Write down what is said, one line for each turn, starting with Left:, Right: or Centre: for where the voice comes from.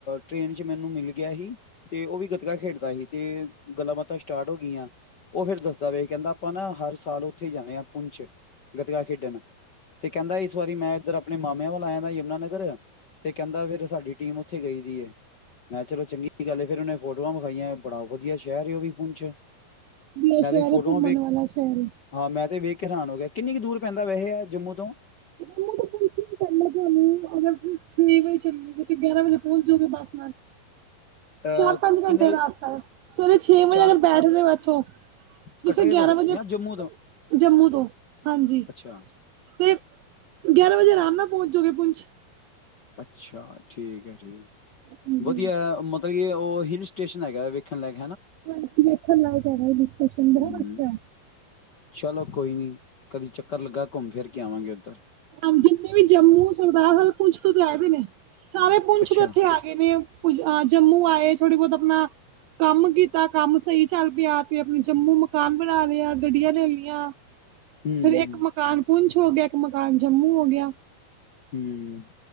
Left: ਟ੍ਰੇਨ ਚ ਮੈਨੂੰ ਮਿਲ ਗਿਆ ਸੀ ਤੇ ਉਹ ਵੀ ਗੱਤਕਾ ਖੇਡਦਾ ਸੀ। ਤੇ ਗੱਲਾਂ ਬਾਤਾਂ ਸਟਾ੍ਟ ਹੋ ਗਈਆਂ ਉਹ ਫੇਰ ਦੱਸਦਾ ਪਿਆ ਸੀ ਕਿ ਆਪਾਂ ਨਾ ਹਰ ਸਾਲ ਉੱਥੇ ਹੀ ਜਾਣੇ ਆ। ਪੁੰਛ, ਗਤਕਾ ਖੇਡਣ। ਤੇ ਕਹਿੰਦਾ ਇਸ ਵਾਰੀ ਮੈਂ ਇੱਧਰ ਆਪ ਮੈਂ ਮਾਮਿਆਂ ਵੱਲ ਆਇਆ ਦਾ ਯਮੁਨਾਨਗਰ ਤੇ ਕਹਿੰਦਾ ਫਿਰ ਸਾਡੀ ਟੀਮ ਉੱਥੇ ਗਈ ਦੀ ਏ, ਮੈਂ ਕਿਹਾ ਚਲੋ ਚੰਗੀ ਗੱਲ ਏ ਫਿਰ ਉਹਨੇ ਫੋਟੋਆਂ ਵਿਖਾਈਆਂ। ਬੜਾ ਵਧੀਆ ਸ਼ਹਿਰ ਉਹ ਵੀ ਪੁੰਛ
Right: ਵੀ ਇਹ
Left: ਮੈਂ
Right: ਸ਼ਹਿਰ
Left: ਤੇ ਫੋਟੋਆਂ
Right: ਹੈ ਘੁੰਮਣ
Left: ਵੇਖ,
Right: ਵਾਲਾ ਸ਼ਹਿਰ ਹੈ
Left: ਹਾਂ ਮੈਂ ਤੇ ਵੇਖ ਹੈਰਾਨ ਹੋ ਗਿਆ, ਕਿੰਨੀ ਕੁ ਦੂਰ ਪੈਂਦਾ ਵੈਸੇ ਏ ਜੰਮੂ ਤੋਂ।
Right: ਜੰਮੂ ਤੋਂ ਪੁੰਛ ਪੈਂਦਾ ਤੁਹਾਨੂੰ, ਅਗਰ ਛੇ ਵਜੇ ਚੱਲੇ ਤਾਂ ਗਿਆਰਾਂ ਵਜੇ ਪਹੁੰਚ ਜਾਓਗੇ, ਬਸ ਨਾਲ।
Left: ਅਹ
Right: ਚਾਰ, ਪੰਜ ਘੰਟੇ
Left: ਕਿੰਨੇ
Right: ਰਸਤਾ ਹੈ ਸਵੇਰੇ ਛੇ ਵਜੇ
Left: ਚਾਰ
Right: ਅਗਰ ਬੈਠਦੇ ਹੋ ਐਥੋਂ ਤੁਸੀਂ
Left: ਕਟਰੇ
Right: ਗਿਆਰਾਂ
Left: ਤੋਂ
Right: ਵਜੇ,
Left: ਜਾਂ ਜੰਮੂ ਤੋਂ
Right: ਜੰਮੂ ਤੋਂ, ਹਾਂਜੀ।
Left: ਅੱਛਾ,
Right: ਫੇ ਗਿਆਰਾਂ ਵਜੇ ਆਰਾਮ ਨਾਲ ਪਹੁੰਚ ਜਾਔਗੇ ਪੁੰਛ।
Left: ਅੱਛਾ। ਠੀਕ ਹੈ, ਠੀਕ।
Right: ਹਾਂਜੀ
Left: ਵਧੀਆ ਏ ਮ ਮਤਲਬ ਕਿ ਔ ਹਿੱਲ ਸਟੇਸ਼ਨ ਹੈਗਾ, ਵੇਖਣ ਲਾਈਕ।
Right: <unintelligible> ਸਟੇਸ਼ਨ
Left: ਹੂੰ।
Right: ਬਹੁਤ ਅੱਛਾ।
Left: ਚਲੋ ਕੋਈ ਨੀ, ਕਦੀ ਚੱਕਰ ਲੱਗਾ ਘੁੰਮ ਫਿਰ ਕੇ ਆਵਾਂਗੇ ਉੱਧਰ
Right: ਹਾਂਜੀ, ਜਿਵੇਂ ਜੰਮੂ ਸਰਦਾਰ ਕੁਛ ਕੁ <unintelligible> ਸਾਰੇ ਪੁੰਛ
Left: ਅੱਛਾ
Right: ਤੋਂ ਏਥੇ ਆ ਗਏ ਨੇ। <unintelligible> ਜੰਮੂ ਆਏ ਥੋੜੀ ਬਹੁਤ ਆਪਣਾ ਕੰਮ ਕੀਤਾ, ਕੰਮ ਸਹੀ ਚੱਲ ਪਿਆ, ਤੇ ਆਪਣੇ ਜੰਮੂ ਮਕਾਨ ਬਣਾ ਲਿਆ, ਗੱਡੀਆਂ ਲੈ ਲਈਆਂ।
Left: ਹੂੰ।
Right: ਫੇਰ ਇੱਕ ਮਕਾਨ, ਪੂੰਛ। ਹੋ ਗਿਆ, ਇੱਕ ਮਕਾਨ ਜੰਮੂ ਹੋ ਗਿਆ।
Left: ਹੁੰ,